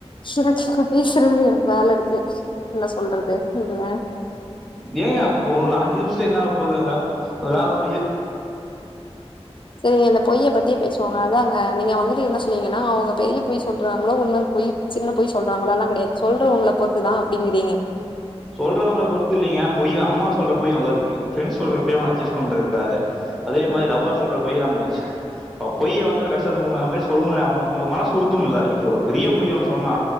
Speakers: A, on the left (about 50°); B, in the centre.
A: சிருதீஸ்வர எனக்கு வேலை இருக்கு என்ன சொல்றது நீங்கள
B: ஏன் உ அஞ்சு நிமிஷத்துல என்ன போகுது வேலை முடியும்
A: சேரிங்க இந்த பொய்யை பத்தி பேசுவாங்க அதான் அங்க நீங்க வந்துட்டு என்ன சொன்னீங்கன்னா அவங்க பெரிய பொய் சொல்றாங்களோ உண்மைன் பொய் சின்ன பொய் சொல்றாங்களோ எல்லாம் கிடையாது சொல்றவங்கள பொறுத்துதான் அப்படிங்கிறீங்க
B: சொல்றவங்கள பொறுத்து இல்லலைங்க அம்மா சொல்ற போய் நல்லதுக்கு பிரெண்ட்ஸ் சொல்ற இப்பே அட்ஜஸ் பண்றத்துகாக அதே
A: ம்
B: மாரி லவ்வர் சொல்ற பொய் ந போச்சு அ பொய்ய வந்து கஷ்ட உங்களுக்கு அந்த மாரி சொல்லுங்க அவுங்களுக்கு மனச உறுத்தும் இல்ல இப்ப ஒரு பெரிய பொய் அவனு சொன்னா